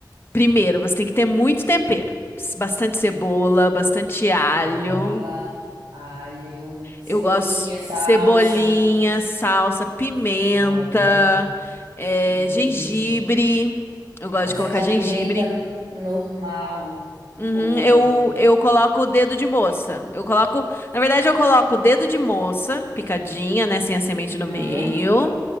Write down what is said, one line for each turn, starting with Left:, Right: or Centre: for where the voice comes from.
Left: primeiro você tem que ter muito tempero bastante cebola, bastante alho.
Right: Cebola, alho, cebolinha,
Left: Eu gosto
Right: salsa.
Left: cebolinha, salsa, pimenta,
Right: Ótimo.
Left: é,
Right: Hum.
Left: gengibre. Eu gosto
Right: Mas
Left: de colocar
Right: é aquela
Left: gengibre.
Right: pimenta normal
Left: Uhum,
Right: ou
Left: eu, eu coloco o dedo de moça. Eu coloco, na verdade, eu coloco o dedo de moça, picadinha, né, sem a semente no
Right: Hum,
Left: meio.